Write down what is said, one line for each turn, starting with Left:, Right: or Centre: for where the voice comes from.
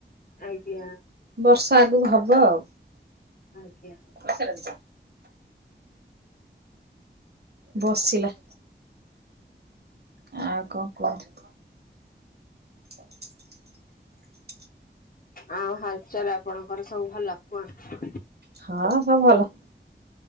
Left: ଆଜ୍ଞା
Right: ବର୍ଷା ଆଗକୁ ହବ ଆଉ।
Left: ଆଜ୍ଞା।
Right: <unintelligible> ବସିଲା। ଆଉ କଣ କୁହନ୍ତୁ? <unintelligible>
Left: ଆଉ ହାଲଚାଲ୍ ଆପଣଙ୍କର ସବୁ ଭଲ, କୁହନ୍ତୁ?
Right: ହଁ ସବୁ ଭଲ।